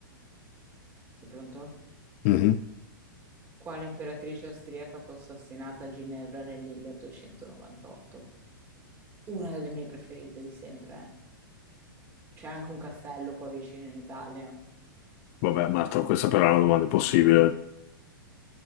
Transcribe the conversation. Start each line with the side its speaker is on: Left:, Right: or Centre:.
Right: Sei pronto?
Left: Mhm.
Right: Quale imperatrice austriaca fu assassinata a Ginevra nel 1898? Una delle mie preferite di sempre. eh. C'è anche un castello qua vicino in Italia.
Left: Vabbè, Marta, questa però è una domanda impossibile.